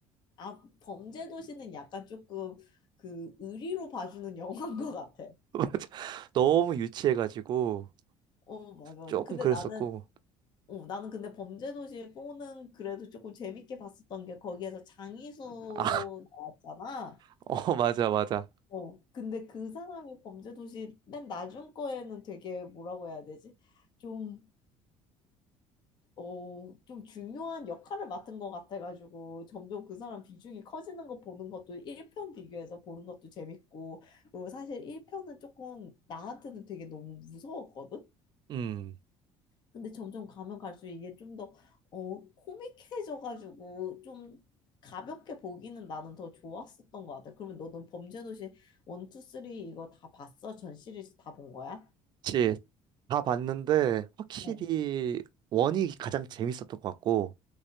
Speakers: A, on the left; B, on the right.
A: 아, 범죄도시는 약간 조금 그 의리로 봐주는 <laughs> 영화인 것 같아.
B: <laughs> 맞아. 너무 유치해가지고,
A: 어, 맞아, 맞아.
B: 조금
A: 근데
B: 그랬었고.
A: 나는, 어, 나는 근데 범죄도시 보는 그래도 조금 재밌게 봤었던 게 거기에서 장이수
B: 아,
A: 나왔잖아.
B: <laughs> 어, 맞아, 맞아.
A: 어, 근데 그 사람이 범죄도시 맨 나중 거에는 되게 뭐라고 해야 되지? 좀, 어, 좀 중요한 역할을 맡은 것 같아가지고 점점 그 사람 비중이 커지는 거 보는 것도 1편 비교해서 보는 것도 재밌고 그리고 사실 1편은 조금 나한테는 되게 너무 무서웠거든?
B: 음,
A: 근데 점점 가면 갈수록 이게 좀 더, 어, 코믹해져가지고 좀 가볍게 보기는 나는 더 좋았었던 것 같아. 그러면 너는 범죄도시 1, 2, 3 이거 다 봤어? 전 시리즈 다 본 거야?
B: 그치. 다 봤는데 확실히
A: 어,
B: 원이 가장 재밌었던 것 같고